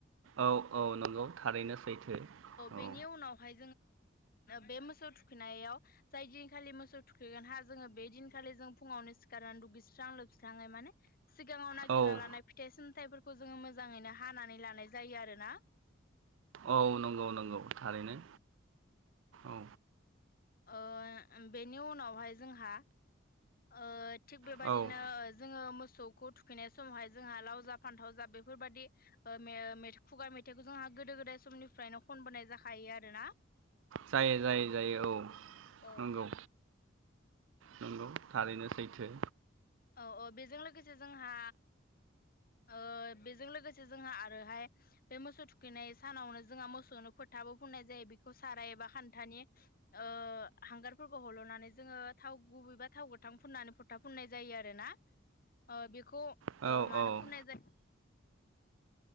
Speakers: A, on the right; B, on the left.
A: औ औ नंगौ थारैनो सैथो
B: बेनि
A: औ
B: उनावहाय बे मोसौ थु खैनायाव जाय दिनखालि मोसौ थुखैगोन हा जोङो बे दिनखालि जों फुङावनो सिखारनानै दुगैस्रां लोब स्राङै माने सिगाङाव नागिरना
A: औ
B: लानाय फिथाइ साम थाइफोरखौ जोङो मोजाङैनो हानानै लानाय जायो आरोना।
A: औ नंगौ नंगौ थारैनो औ
B: ओ बेनि उनावहाय जोंहा ओ थिग बेबायदिनो
A: औ
B: जोङो मो सौखौ थुखैनाय समावहाय जोंहा लाव जा फानथाव जा बेफोरबायदि ओ मे मेथा खुगा मेथाइखौ जोंहा गोदो गोदाय समनिफ्रायनो खनबोनाय जाखायो आरोना
A: जायो जायो जायो औ
B: औ
A: नंगौ नंगौ थारैनो सैथो
B: औ औ बेजों लोगोसे जोंहा ओ बेजों लोगोसे जोंहा आरोहाय बे मोसौ थुखैनाय सानावनो जोंहा मोसौनो फोथाबो फुननाय जायो बेखौ साराय एबा खान्थानि ओ हांगारफोरखौ हल'नानै जोंङो थाव गुबैबा थाव गोथां फुननानै फथा बुंनाय जायो आरोना ओ बेखौ
A: औ
B: ओ
A: औ
B: मानो फुननाय जायो